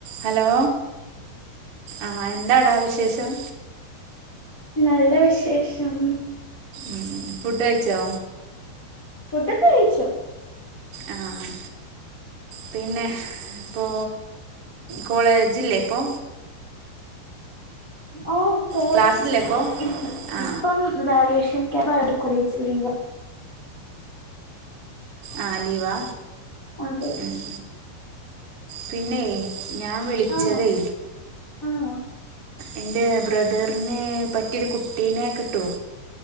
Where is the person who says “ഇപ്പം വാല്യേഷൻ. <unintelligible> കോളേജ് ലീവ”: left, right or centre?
Left